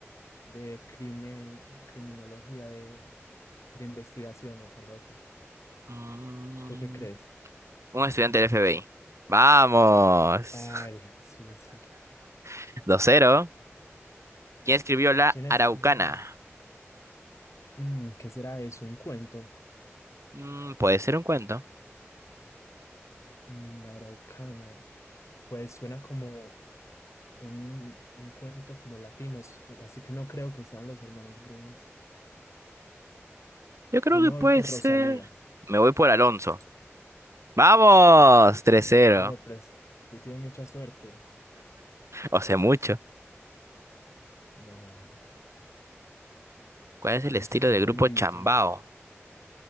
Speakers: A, on the left (about 85°); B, on the right (about 75°).
A: de crime, criminología, de, de investigaciones, algo así.
B: Mm,
A: ¿Tú qué crees?
B: un estudiante del FBI. Vamos.
A: Ah, el- sí, sí.
B: <laughs> Dos cero. ¿Quién escribió La
A: ¿Quién escribió?
B: Araucana?
A: Mm, ¿qué será Es ¿Un cuento?
B: Mm, puede ser un cuento.
A: Mm, la Araucana. Pues suena como un, un cuento como latinos, así que no creo que sean los hermanos Greens.
B: Yo creo
A: Yo me
B: que
A: voy
B: puede
A: por
B: ser.
A: Rosalía.
B: Me voy por Alonso. ¡Vamos! 3-0.
A: No, pues tú tienes mucha suerte.
B: O sea, mucho.
A: No, no,
B: ¿Cuál es el
A: te
B: estilo
A: estás
B: del grupo
A: bendito.
B: Chambao?